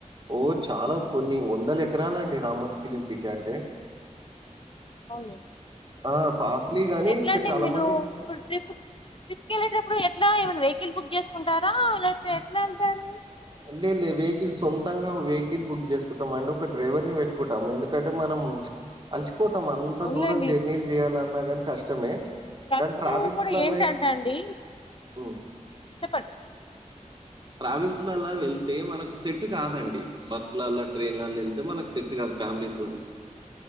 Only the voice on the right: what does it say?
ఓ చాలా కొన్ని వందల ఎకరాల అండి రామోజి ఫిలిమ్ సిటీ అంటే
ఆ! కాస్ట్లీ గానీ
ఇంకా
చాలా
మంది
లే లే వెహికిల్ సొంతంగా వెహికిల్ బుక్ చేసుకుతాం అండి ఒక డ్రైవర్ ని పెట్టుకుంటాము ఎందుకంటే మనం మ్చ్ అలసిపోతాం అంత
దూరం జర్నీలు చేయాలన్నా గాని కష్టమే
కానీ
ట్రావెల్స్లలా
ఉమ్
ట్రావెల్స్ లా వెళ్తే మనకు సెట్ కాదండి బస్ లలా ట్రైన్లలా వెళ్తే మనకు సెట్ కాదు ఫ్యామిలీ తోనీ